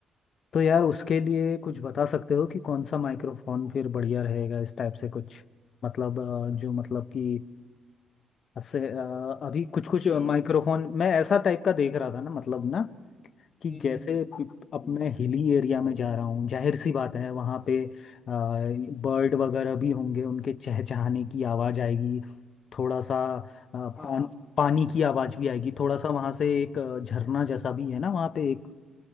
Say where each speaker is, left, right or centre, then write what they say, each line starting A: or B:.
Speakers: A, on the left; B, on the left.
A: तो यार उसके लिए कुछ बता सकते हो कि कौन सा माइक्रोफोन फिर बढ़िया रहेगा इस टाइप से कुछ मतलब अ, जो मतलब कि से अ, अभी कुछ
B: अच्छा
A: कुछ माइक्रोफोन
B: हम्म
A: मैं ऐसा टाइप का देख रहा था ना मतलब ना कि
B: हम्म
A: जैसे
B: हम्म
A: प- अब
B: हम्म,
A: मैं हिली एरिया में जा रहा हूँ जाहिर सी बात है वहाँ पे बर्ड
B: हम्म।
A: वगैरह भी होंगे उनके चहचहाने की आवाज़ आएगी थोड़ा सा अ, पान,
B: हाँ हाँ
A: पानी की आवाज़ भी आएगी थोड़ा सा वहाँ से एक अ, झरना जैसा भी है ना वहाँ पे एक